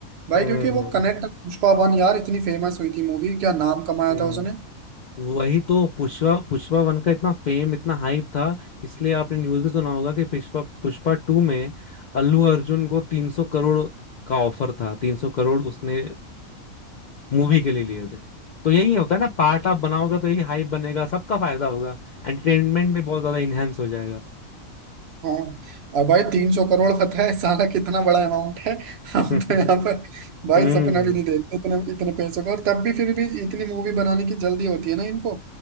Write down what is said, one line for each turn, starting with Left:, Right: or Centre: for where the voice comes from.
Right: भाई
Left: हम्म
Right: क्योंकि वो कनेक्ट पुष्पा वन यार इतनी फेमस हुई थी मूवी क्या नाम कमाया
Left: हम्म
Right: था उसने
Left: वही तो पुष्पा पुष्पा वन का इतना फेम इतना हाइप था इसलिए आपने न्यूज में सुना होगा कि पुष्पा पुष्पा टू में अल्लू अर्जुन को तीन सौ करोड़ का ऑफर था तीन सौ करोड़ उसने मूवी के लिए लिए थे तो यही होता है ना पार्ट आप बनाओगे तो यही हाइप बनेगा सबका फायदा होगा एंटरटेनमेंट भी बहुत ज्यादा इनहेंस हो जाएगा
Right: हाँ और भाई तीन सौ करोड़ पता है साला कितना बड़ा अमाउंट है <laughs> हम
Left: <laughs> हम्म
Right: तो यहाँ पर भाई
Left: हम्म
Right: सपना भी नहीं देखते इतने इतने पैसों का और तब भी फिर भी इतनी मूवी बनाने की जल्दी होती है ना इनको